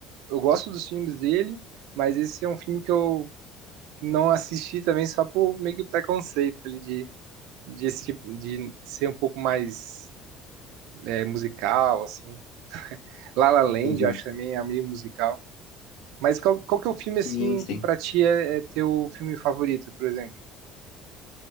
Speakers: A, on the right (about 80°); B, on the left (about 60°).
A: eu gosto dos filmes dele, mas esse é um filme que eu não assisti também só por meio que preconceito ali de, de, esse tipo, de ser um pouco mais é, musical, assim. La La Land,
B: Entendi.
A: eu acho também é meio musical. Mas qual, qual que é o filme,
B: Sim,
A: assim,
B: sim.
A: que pra ti é, é teu filme favorito, por exemplo?